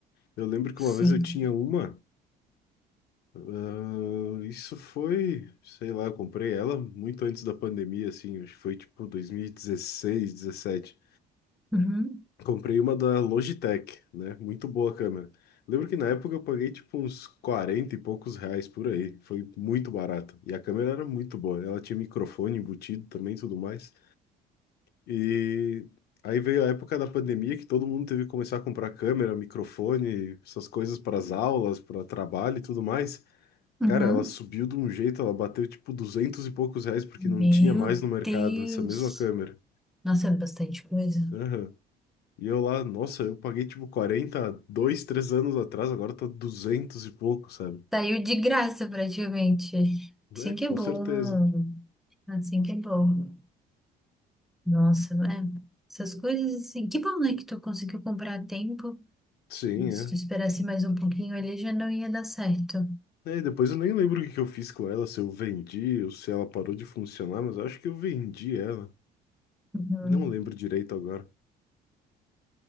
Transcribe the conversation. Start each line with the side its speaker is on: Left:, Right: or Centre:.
Left: Eu lembro que
Centre: Sim.
Left: uma vez eu tinha uma. Ah, isso foi, sei lá, eu comprei ela muito antes da pandemia, assim, acho que foi tipo 2016, dezessete.
Centre: Uhum,
Left: Comprei uma da Logitech, né? Muito boa a câmera. Lembro que na época eu paguei tipo uns 40 e poucos reais por aí. Foi muito barato. E a câmera era muito boa. Ela tinha microfone embutido também e tudo mais. E aí veio a época da pandemia que todo mundo teve que começar a comprar câmera, microfone, essas coisas para as aulas, para trabalho e tudo mais.
Centre: uhum.
Left: Cara, ela subiu de um jeito, ela bateu tipo 200 e poucos reais porque
Centre: Meu
Left: não tinha mais no mercado
Centre: Deus.
Left: essa mesma câmera.
Centre: Nossa, é bastante coisa.
Left: Aham. E eu lá, nossa, eu paguei tipo 40, dois, três anos atrás, agora tá 200 e pouco, sabe?
Centre: Saiu de graça praticamente. Assim
Left: É, é, com
Centre: que é bom.
Left: certeza.
Centre: Assim que é bom. Nossa, é. Essas coisas assim. Que bom, né, que tu conseguiu comprar a tempo.
Left: Sim,
Centre: Se
Left: é.
Centre: tu esperasse mais um pouquinho ali, já não ia dar certo.
Left: É, e depois eu nem lembro o que que eu fiz com ela, se eu vendi ou se ela parou de funcionar, mas eu acho que eu vendi ela.
Centre: Uhum.
Left: Não lembro direito agora.